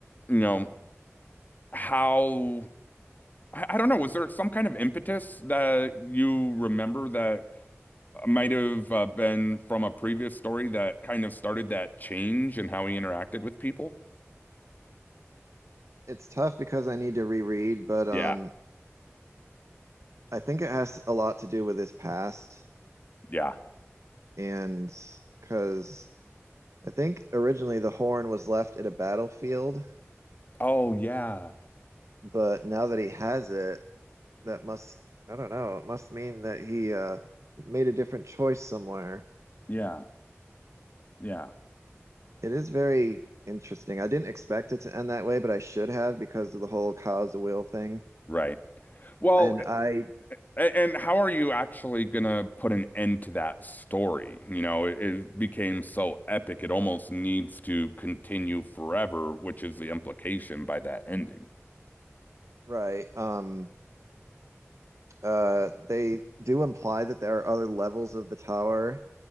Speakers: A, on the left; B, on the right.
A: you know how I, I don't know was there some kind of impetus that you remember that might have uh, been from a previous story that kind of started that change in how he interacted with people
B: It's tough because I need to reread, but
A: yeah
B: um, I think it has a lot to do with his past
A: yeah
B: and because I think originally the horn was left at a battlefield,
A: oh yeah
B: but now that he has it, that must, I don't know, it must mean that he uh made a different choice somewhere.
A: yeah yeah
B: It is very interesting. I didn't expect it to end that way, but I should have because of the whole cause the wheel thing.
A: right well
B: And I,
A: A- And how are you actually gonna put an end to that story? You know, it, it became so epic, it almost needs to continue forever, which is the implication by that ending.
B: right, um, uh, they do imply that there are other levels of the tower,